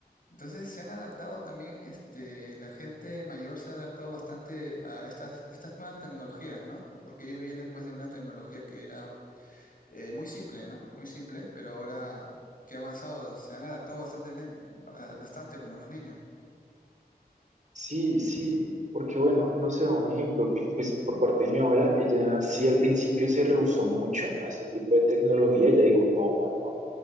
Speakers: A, on the left; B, on the right.
A: Entonces se han adaptado también, este, la gente mayor se ha adaptado bastante a estas, estas nuevas tecnologías, ¿no? Porque ellos vienen pues de una tecnología que era eh, muy simple, ¿no? Muy simple, pero ahora que ha avanzado, se han adaptado bastante, bastante como los niños.
B: Sí, sí, porque bueno, no sé, un ejemplo, pi- pues por parte de mi abuela, ella sí al principio se rehusó mucho a ese tipo de tecnología, ella dijo, no, no, no,